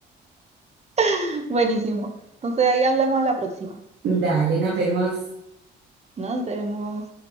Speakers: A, on the right; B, on the right.
A: <laughs> Buenísimo. Entonces ahí hablamos a la próxima.
B: Dale, nos vemos.
A: Nos vemos.